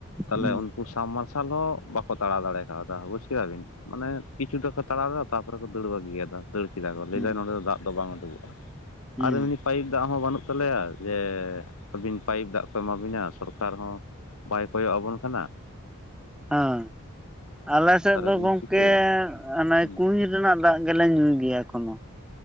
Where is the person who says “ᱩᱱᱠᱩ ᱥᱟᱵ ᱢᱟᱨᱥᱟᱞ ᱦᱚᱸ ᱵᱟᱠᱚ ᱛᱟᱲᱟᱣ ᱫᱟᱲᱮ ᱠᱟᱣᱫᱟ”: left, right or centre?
Left